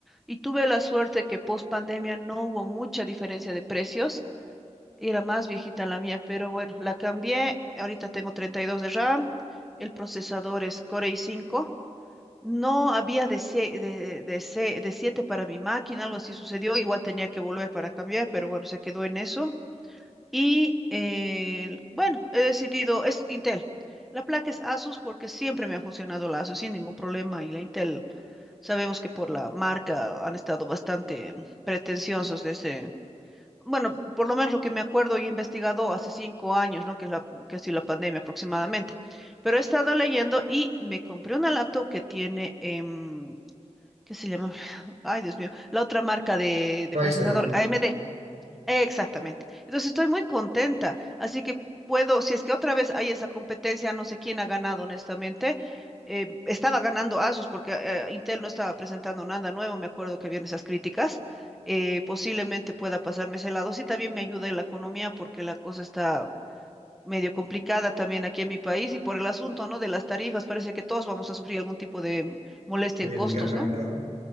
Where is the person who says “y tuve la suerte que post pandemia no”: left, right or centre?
Centre